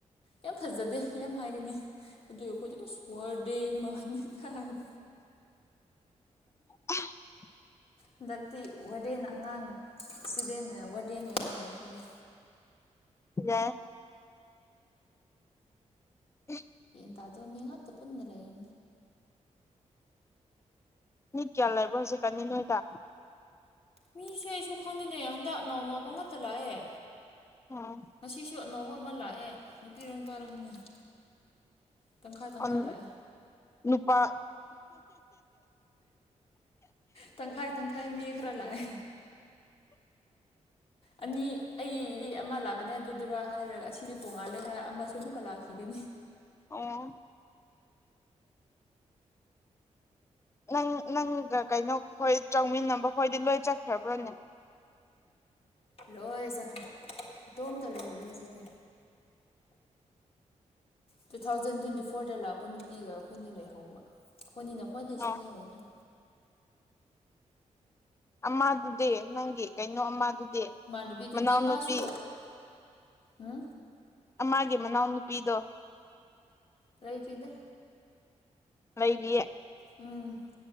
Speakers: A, on the left; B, on the left.
A: ꯌꯥꯝ ꯐꯖꯗꯦ ꯌꯥꯝ ꯍꯥꯏꯒꯅꯤ ꯑꯗꯨ ꯑꯩꯈꯣꯏꯗꯤ ꯑꯁꯔꯗꯦ ꯃꯥꯉꯦ ꯇꯥꯏꯅ
B: <inaudible>
A: ꯍꯟꯗꯛꯇꯤ ꯋꯥꯔꯗꯦꯟ ꯑꯉꯥꯡ ꯏꯁꯇꯨꯗꯦꯟꯅ ꯋꯥꯔꯗꯦꯟ ꯑꯣꯏꯔꯣꯏ ꯂꯩ ꯑꯩꯈꯣꯏꯁꯦ
B: ꯌꯥꯏ <inaudible>
A: ꯇ ꯑꯗꯨ ꯃꯤ ꯉꯛꯇ ꯄꯨꯟꯅ ꯂꯩ
B: ꯃꯤ ꯀꯌꯥ ꯂꯩꯕꯑꯣ ꯍꯧꯖꯤꯛꯅꯤ ꯅꯣꯏꯗ
A: ꯃꯤꯁꯦ ꯑꯩꯁꯨ ꯈꯪꯗꯅꯦ ꯍꯟꯗꯛ ꯅꯅꯥꯎ ꯅꯧꯕ ꯉꯥꯛꯇ ꯂꯥꯛꯑꯦ
B: ꯑꯣ
A: ꯉꯁꯤꯁꯨ ꯑꯅꯧꯕ ꯑꯃ ꯂꯥꯛꯑꯦ ꯅꯨꯄꯤꯔ ꯄꯥꯔꯈꯪꯉꯦ ꯇꯪꯈꯥꯏ ꯇꯪꯈꯥꯏ
B: ꯑꯟ
A: ꯂꯥꯛꯑꯦ
B: ꯅꯨꯄꯥ
A: ꯇꯪꯈꯥꯏ ꯇꯪꯈꯥꯏ ꯃꯤ ꯈꯔ ꯂꯥꯛꯑꯦ ꯑꯅꯤ ꯑꯩꯗꯤ ꯑꯃ ꯂꯥꯛ ꯑꯗꯨꯗꯨꯔ ꯍꯥꯏꯔꯒ ꯑꯗꯨꯗꯨꯔꯥ ꯍꯥꯏꯔ ꯑꯁꯤꯗꯤ ꯇꯣꯉꯥꯜꯂꯦ ꯍꯥꯏꯔ ꯑꯃꯁꯨ ꯑꯃꯨꯛꯀ ꯂꯥꯛꯈꯤꯒꯅꯤ
B: ꯑꯌꯥ ꯅꯪ ꯅꯪꯒ ꯀꯩꯅꯣꯈꯣꯏ ꯆꯧꯃꯤꯟꯅꯕꯈꯣꯏꯗꯤ ꯂꯣꯏ ꯆꯠꯈ꯭ꯔꯕ꯭ꯔꯅꯦ
A: ꯂꯣꯏ ꯆꯈ꯭ꯔꯦ ꯏꯇꯣꯝꯇ ꯂꯩꯍꯧꯔꯦ ꯍꯧꯖꯤꯛꯀꯤ ꯇꯨ ꯊꯥꯎꯖꯟ ꯇ꯭ꯋꯦꯟꯇꯤ ꯐꯣꯔꯗ ꯂꯥꯛꯄ ꯅꯨꯄꯤꯒ ꯑꯩꯈꯣꯏꯅꯤ ꯂꯩꯍꯧꯕ ꯑꯩꯈꯣꯏꯅꯤꯅ ꯈ꯭ꯋꯥꯏꯗꯩ
B: ꯑꯣ
A: ꯁꯦꯅꯤꯌꯔ ꯑꯣꯏꯈ꯭ꯔꯦ
B: ꯑꯃꯗꯨꯗꯤ ꯅꯪꯒꯤ ꯀꯩꯅꯣ ꯑꯃꯗꯨꯗꯤ
A: ꯏꯃꯥꯟꯅꯕꯤꯗꯨꯗꯤ
B: ꯃꯅꯥꯎꯅꯨꯄꯤ
A: ꯃꯥꯁꯨ ꯎꯝ
B: ꯑꯃꯥꯒꯤ ꯃꯅꯥꯎꯅꯨꯄꯤꯗꯣ
A: ꯂꯩꯇꯔꯤꯗꯥ
B: ꯂꯩꯔꯤꯌꯦ
A: ꯎꯝ